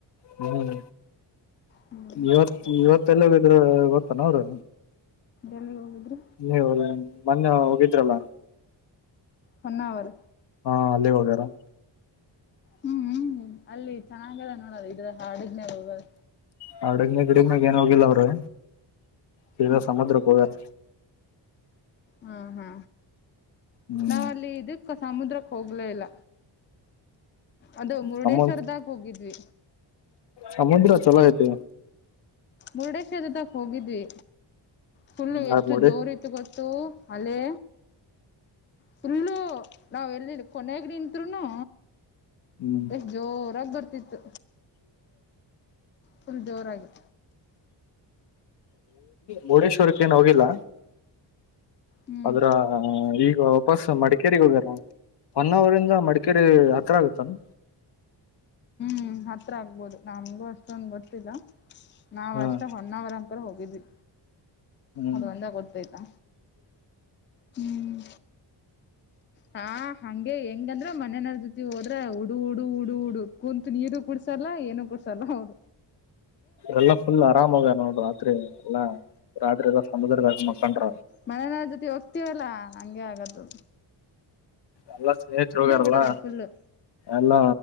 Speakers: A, on the left (about 60°); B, on the left (about 25°).
A: ಹ್ಮ್
B: ಹ್ಮ್
A: ಇವತ್ ಇವತ್ತು ಎಲ್ಲಿಗೆ ಹೋಗಿದ್ರಿ ಗೊತ್ತಾನೇ ಅವರು
B: ಎಲ್ಲಿ ಹೋಗಿದ್ರಿ
A: ನೀವು ಮೊನ್ನೆ ಹೋಗಿದ್ರಲ್ಲ
B: ಹೊನ್ನವರ
A: ಹಾ ಅಲ್ಲೇ ಹೋಗ್ಯಾರ
B: ಹ್ಮ್ ಹ್ಮ್ ಅಲ್ಲಿ ಚೆನ್ನಾಗದ ನೋಡ್ರ ಇದು ಹಾಡಗ್ನ ಹೋಗದು
A: ಹಡಗ್ನ ಗಿಡಗ್ನಾಗ ಏನ್ ಹೋಗಿಲ್ಲ ಅವ್ರರು ತೀರ
B: ಹ್ಮ್
A: ಸಮುದ್ರಕ್ಕೆ ಹೋಗ್ಯಾರ
B: ಹಾ ಹಾ
A: ಹ್ಮ್
B: ನಾವ್ ಅಲ್ಲಿ ಇದಕ್ಕ ಸಮುದ್ರಕ್ಕೆ ಹೋಗ್ಲ ಇಲ್ಲ ಅದು ಮುರುಡೇಶ್ವರದಾಗ
A: ಸಮ
B: ಹೋಗಿದ್ವಿ
A: ಸಮುದ್ರ ಚಲೋ ಐತೆ
B: ಮುರುಡೇಶ್ವರದಾಗ ಹೋಗಿದ್ವಿ ಫುಲ್ಲು
A: ಯಾರ್
B: ಎಷ್ಟು
A: ನೋಡಿ
B: ಜೋರ್ ಇತ್ತು ಇತ್ತು ಗೊತ್ತು ಅಲ್ಲಿ ಫುಲ್ಲು ನಾವ್ ಎಲ್ಲಿ ಕೊನೆಗೂ ನಿಂತ್ರುನು
A: ಹ್ಮ್
B: ಎಷ್ಟ್ ಜೋರಾಗಿ ಬರ್ತಿತ್ತು ಫುಲ್ ಜೋರಾಗಿ
A: ಮುರ್ಡೇಶ್ವರಕ್ಕ ಏನು ಹೋಗಿಲ್ಲ
B: ಹ್ಮ್
A: ಅದ್ರ ಹ ಈಗ ವಾಪಸ್ ಮಡಿಕೇರಿಗೆಗ ಹೋಗಾರ ಹೊನ್ನವರಿಂದ ಮಡಿಕೇರಿ ಹತ್ರ ಆಗುತ್ತಲ್ಲ
B: ಹ್ಮ್ ಹತ್ರ ಆಗ್ಬೋದು ನಮ್ಗೂ ಅಷ್ಟೊಂದು ಗೊತ್ತಿಲ್ಲ ನಾವ್
A: ಹ್ಮ
B: ಅಷ್ಟ ಹೊನ್ನಾವರ್ ಅಂಕರ್ ಹೋಗಿದ್ವಿ
A: ಹ್ಮ್
B: ಅದು ಒಂದ ಗೊತ್ತಾಯ್ತಾ ಹ್ಮ್ ಹಾ ಹಂಗೆ ಹೆಂಗಂದ್ರ ಮನನ ಜೊತಿ ಹೋದ್ರೆ ಹುಡು ಹುಡು ಹುಡು ಹುಡು ಕು ನೀರು ಕುೂಡ್ಸಲ್ಲ ಏನು ಕುಡ್ಸಲ್ಲ ಅವ್ರ
A: ಇಲ್ಲಾ ಫುಲ್ ಆರಾಮೋಗ ನೋಡ್ ರಾತ್ರಿ ಎಲ್ಲಾ ರಾತ್ರಿ ಎಲ್ಲ ಸಮುದ್ರದಾಗ ಮಕ್ಕಂಡ್ರ
B: ಮನೆನಾ ಜೊತೆ ಹೋಗ್ತೀವಲ್ಲಾ ಹಂಗೆ ಆಗದ್ದು
A: ಎಲ್ಲ ಸ್ನೇಹತ್ರು ಹೋಗಾರಲ್ಲ
B: ಓಡದ ಫುಲ್ಲು
A: ಎಲ್ಲ